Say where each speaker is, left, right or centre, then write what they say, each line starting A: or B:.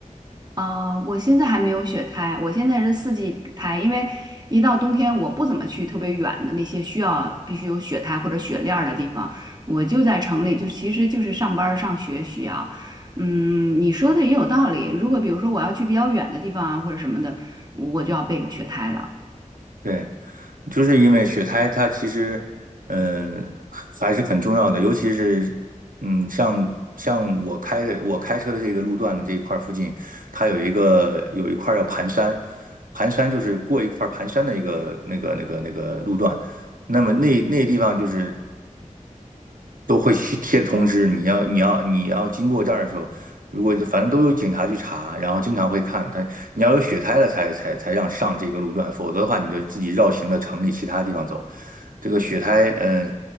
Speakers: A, on the right; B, on the right.
A: 啊、我现在还没有雪胎，我现在是四季胎，因为一到冬天我不怎么去特别远的那些需要必须有雪胎或者雪链儿的地方，我就在城里，就其实就是上班儿上学需要。嗯，你说的也有道理，如果比如说我要去比较远的地方啊或者什么的，我就要备个雪胎了。
B: 对，就是因为雪胎它其实，嗯，还是很重要的，尤其是，嗯，像像我开的我开车的这个路段的这一块儿附近，它有一个有一块儿叫盘山，盘山就是过一块儿盘山的一个那个那个那个路段，那么那那地方就是。都会去贴着通知，你要你要你要经过这儿的时候，如果反正都有警察去查，然后经常会看，但你要有血胎了才才才让上这个路段，否则的话你就自己绕行到城里其他地方走。这个血胎，嗯，